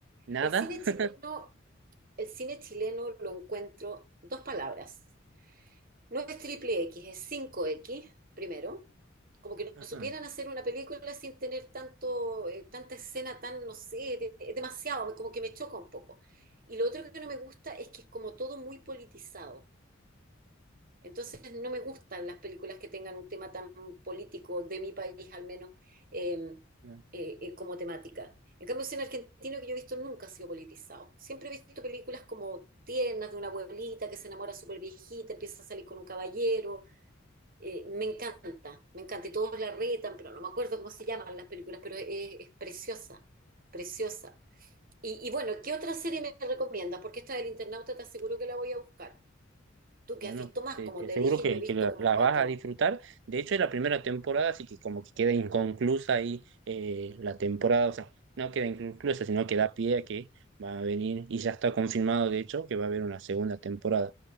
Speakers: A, on the right; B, on the right.
A: ¿Nada?
B: El cine chileno
A: <laughs>
B: el cine chileno lo encuentro dos palabras. No es triple X, es cinco x primero. Como que
A: Ajá.
B: no supieran hacer una película sin tener tanto, eh, tanta escena tan, no sé, de- es demasiado, me- como que me choca un poco. Y lo otro que no me gusta es que es como todo muy politizado. Entonces no me gustan las películas que tengan un tema tan político, de mi país al menos, eh,
A: no.
B: eh, eh, como temática. En cambio, el cine argentino que yo he visto nunca ha sido politizado. Siempre he visto películas como tiernas de una abuelita que se enamora súper viejita, empieza a salir con un caballero. Eh, me encanta, me encanta. Y todos la retan, pero no me acuerdo cómo se llaman las películas, pero es, es preciosa, preciosa. Y, y bueno, ¿qué otra serie me recomiendas? Porque esta del internauta te aseguro que la voy a buscar. Tú que
A: Bueno,
B: has visto más,
A: te,
B: como
A: te
B: te
A: aseguro
B: dije,
A: que,
B: yo he visto
A: que la,
B: como
A: la
B: cuatro.
A: vas a disfrutar. De hecho, es la primera temporada, así que como que queda inconclusa ahí eh, la temporada, o sea, no queda inconclusa, sino que da pie a que va a venir, y ya está confirmado, de hecho, que va a haber una segunda temporada.